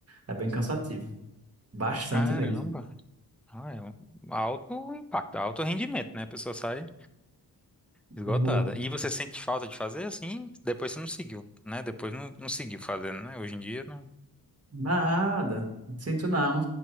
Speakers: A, on the right; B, in the centre.
A: É bem cansativo, bastante
B: Caramba.
A: mesmo.
B: Ah, é um alto impacto, alto rendimento, né? A pessoa sai. Esgotada.
A: Morra.
B: E você sente falta de fazer assim? Depois você não seguiu, né? Depois não, não seguiu fazendo, né? Hoje em dia não
A: Nada, sinto não.